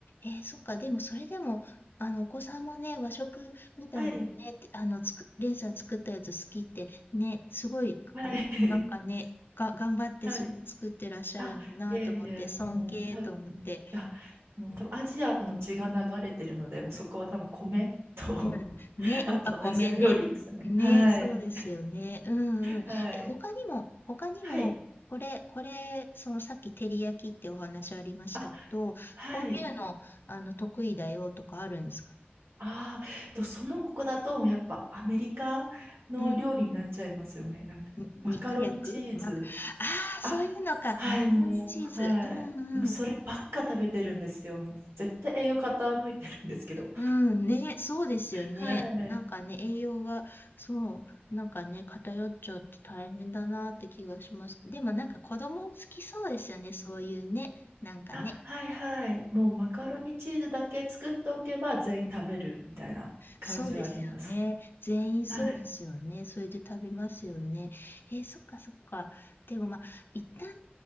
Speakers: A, on the left; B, on the right.
A: え、そっか。でもそれでも、あの、お子さんもね、和食みたいなね、
B: はい。
A: てあの、つく、レイさん作ったやつ好きって、ね、すごい、
B: はい。
A: あ、なんかね、が、頑張ってすごい作ってらっしゃるんだなと思って、
B: <laughs> はい。あ、いえいえ、
A: 尊敬と思って。
B: もう多分、あ、もう多分アジアの血が流れてるので、もうそこは多分米と
A: うん。
B: <laughs>
A: ね、
B: あとアジア料理ですよね。
A: やっぱ米ね。ね、
B: はい。
A: そうですよね。うんうん。
B: はい。
A: え、他にも、他にも、
B: はい。
A: これ、これ、そのさっき照り焼きってお話ありましたけど、
B: あ、はい。
A: こういうの、あの、得意だよとかあるんですか
B: ああ、と、その他だと、やっぱアメリカの料理になっちゃいますよね。
A: うん。
B: なんか、
A: に肉焼くま、
B: マカロニチーズ。
A: ああー、
B: あ、
A: そういうのか。
B: はい、
A: マカロニチーズ。
B: もう、はい。
A: うんうん。
B: もうそればっか食べてるんですよ。もう絶対栄養傾いてるんですけど。
A: うん、ね、そうですよね。
B: はい。
A: なんかね、栄養が、そう、なんかね、偏っちゃって大変だなって気がします。でもなんか子供好きそうですよね、そういうね。なんかね、
B: あ、はいはい。もうマカロニチーズだけ作っておけば全員食べるみたいな感じはあります。
A: そうですよね。全員そうですよね。
B: はい。
A: それで食べますよね。えーそっかそっか。でもまあ、一旦ね、